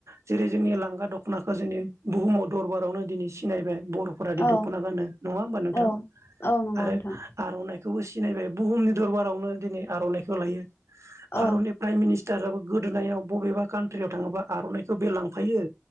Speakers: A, on the right; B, on the left.
A: जेरै जोंनि लांगा दख'नाखौ गो जोंनि बुहुमाव दरबारावनो दिनै सिनायबाय बर'फोरााद
B: औ
A: दख'ना गानो नङा होमबा नोंथां
B: औ नंगौ
A: आरो
B: नोंथां
A: आर'नाइखौबो सिनायबाय बुहुमनि दरबारावनो दिनै आर'नाइखौ लायो भारतनि
B: औ
A: प्राइम मिनिस्टार सटाराबो गोदोनायाव बबेबा कान्ट्रियाव थाङोबा आर'नाइखौ बे लांफायो